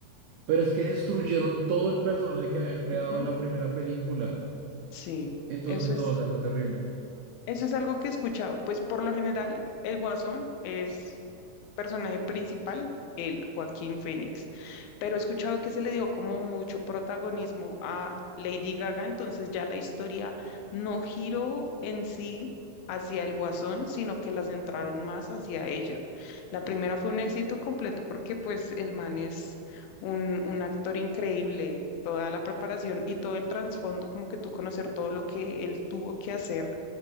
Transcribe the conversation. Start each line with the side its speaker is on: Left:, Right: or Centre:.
Right: Pero es que destruyeron todo el personaje que habían creado
Left: ¿Mm?
Right: en la primera película.
Left: Sí,
Right: Entonces,
Left: eso
Right: no,
Left: es.
Right: o sea, fue terrible.
Left: Eso es algo que he escuchado. Pues por lo general, el Guasón es personaje principal, el Joaquín Phoenix. Pero he escuchado que se le dio como mucho protagonismo a Lady Gaga, entonces ya la historia no giró en sí hacia el Guasón, sino que la centraron más hacia ella. La primera fue un éxito completo porque pues el man es un, un actor increíble. Toda la preparación y todo el trasfondo, como que tú conocer todo lo que él tuvo que hacer